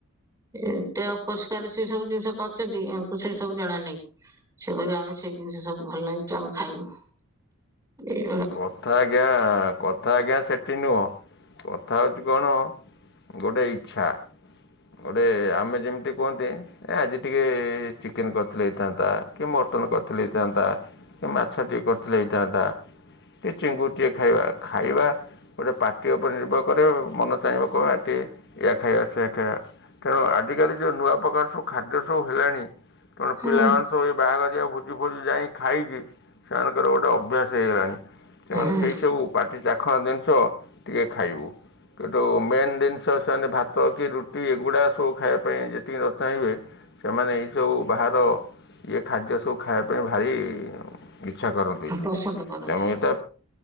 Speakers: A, on the right; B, on the left.
A: ଏତେ ଅପରିଷ୍କାର ସେ ସବୁ ଜିନିଷ କରିଛନ୍ତି ଆମକୁ ସେ ସବୁ ଜଣା ନାହିଁ। ସେ କହୁଛି ଆମେ ସେଇ ଜିନିଷ ସବୁ ଭଲ ଲାଗୁଛି ଆମେ ଖାଇବୁ ଏ
B: କଥା ଆଜ୍ଞା କଥା ଆଜ୍ଞା ସେଠି ନୁହଁ କଥା ହଉଚି କଣ। ଗୋଟେ ଇଚ୍ଛା ଗୋଟେ ଆମେ ଯେମିତି। କୁହନ୍ତି ଏ ଆଜି ଟିକିଏ ଚିକେନ୍ କରିଥିଲେ ହେଇଥାନ୍ତା କି ମଟନ୍ କରିଥିଲେ ହେଇଥାନ୍ତା। ସେ ମାଛ ଟିକେ କରିଥିଲେ ହେଇଥାନ୍ତା କି ଚିଙ୍ଗୁଡି ଟିକେ ଖାଇବା ଖାଇବା ଗୋଟେ ପାଟି ଉପରେ ନିର୍ଭର କରିବ ମନ ଚାହିଁବ କହିବ ଆଜି ଟିକେ ଏଇଆ ଖାଇବା ସେଇଆ ଖାଇବା। କାରଣ ଆଜିକାଲି ଯେଉଁ ନୂଆ ପ୍ରକାର ସବୁ ଖାଦ୍ୟ ସବୁ ହେଲାଣି ତେଣ
A: ହୁଁ
B: ପିଲାମାନେ ସବୁ ଏଇ ବାହାଘରିଆ ଭୋଜି ଫୋଜି ଯାଇି ଖାଇକି ସେମାନେ ତାଙ୍କର ଗୋଟେ ଅଭ୍ୟାସ ହେଇଗଲାଣି ସେମାନେ
A: ହୁଁ
B: ସେଇ ସବୁ ପାଟି ଚାଖଣା ଜିନିଷ ଟିକେ ଖା ଖାଇବୁ କିନ୍ତୁ ମେନ୍ ଜିନିଷ ସେମାନେ ଭାତ କି ରୁଟି ଏଗୁଡ଼ା ସବୁ ଖାଇବା ପାଇଁ ଯେତିିକି ନ ଚାହିଁବେ ସେମାନେ ଏଇସବୁ ବାହାର ଇଏ ଖାଦ୍ୟ ସବୁ ଖାଇବା ପାଇଁ ଭାରି ଇଚ୍ଛା କରନ୍ତି
A: ପସନ୍ଦ କରନ୍ତି।
B: ତେଣୁ ଏ ା